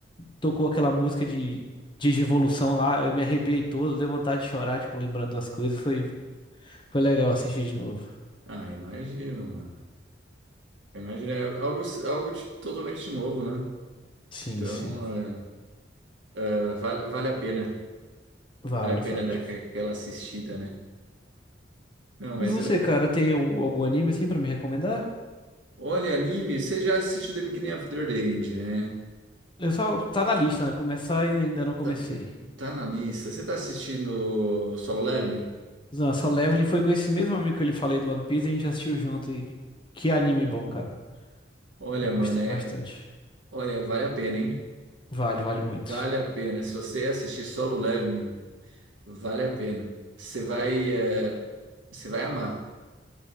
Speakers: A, on the left; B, on the right.
A: Tocou aquela música de, de Revolução lá, eu me arrepiei todo, deu vontade de chorar, tipo, lembrando das coisas. Foi, foi legal assistir de novo.
B: Ah, imagino, mano. Imagina, é algo, algo de- totalmente novo, né?
A: Sim,
B: Então,
A: sim.
B: é, é, vale, vale a pena.
A: Vale,
B: Vale a pena
A: vale.
B: dar aqua- aquela assistida, né? Não, mas
A: E você,
B: ele...
A: cara, tem al- algum anime assim pra me recomendar?
B: Olha, anime, você já assiste The Beginning of the End, né?
A: Eu só. Tá na lista, né? Começar e ainda não comecei.
B: Tá, tá na lista. Você tá assistindo Solo Leveling?
A: Nossa, só Leveling foi com esse mesmo amigo que eu lhe falei do One Piece, a gente assistiu junto e que anime bom, cara.
B: Olha,
A: Eu
B: mano,
A: gostei
B: é...
A: bastante.
B: Olha, vale a pena, hein?
A: Vale, vale muito.
B: Vale a pena. Se você assistir Solo Leveling, Vale a pena. Você vai, eh, você vai amar,